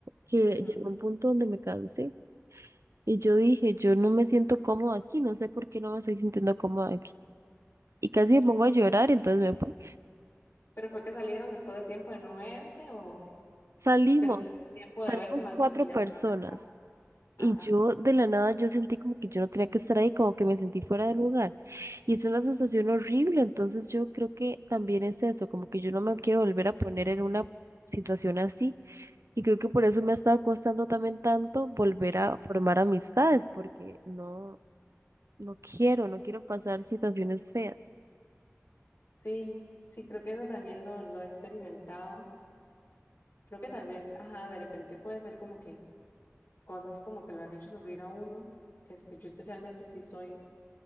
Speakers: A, on the right; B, on the left.
A: que
B: ujú.
A: llegó un punto donde me cansé y yo dije, yo no me siento cómoda aquí, no sé por qué no me estoy sintiendo cómoda aquí. Y casi me
B: ¿Qué
A: pongo
B: te-
A: a llorar, entonces me fui.
B: Pero fue que salieron después de tiempo de no verse o
A: Salimos,
B: que tenían tiempo
A: salimos
B: de verse más
A: cuatro
B: bien y que ya
A: personas.
B: estaba cansada. Ajá.
A: Y yo de la nada yo sentí como que yo no tenía que estar ahí, como que me sentí fuera de lugar. Y es una sensación horrible, entonces yo creo que también es eso, como que yo no me quiero volver a poner en una situación así. Y creo que por eso me ha estado costando también tanto volver a formar amistades, porque no, no quiero, no quiero pasar situaciones feas.
B: Sí, sí, creo que eso también lo, lo he experimentado. Creo que tal vez, ajá, de repente puede ser como que cosas como que lo han hecho sufrir a uno. Este, yo especialmente sí soy